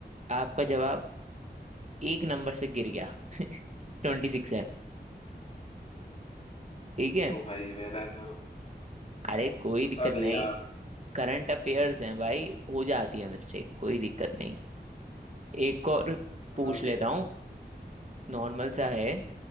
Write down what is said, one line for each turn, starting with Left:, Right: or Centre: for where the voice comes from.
Right: आपका जवाब एक नंबर से गिर गया ट्वेंटी सिक्स है ठीक है
Left: ओ भाई मेरा जो
Right: अरे
Left: भाई,
Right: कोई
Left: पता
Right: दिक्कत
Left: नहीं
Right: नहीं
Left: यार
Right: करंट अफेयर्स हैं भाई हो जाती है मिस्टेक कोई दिक्कत नहीं एक और
Left: हाँ
Right: पूछ
Left: यार
Right: लेता हूँ नॉर्मल सा है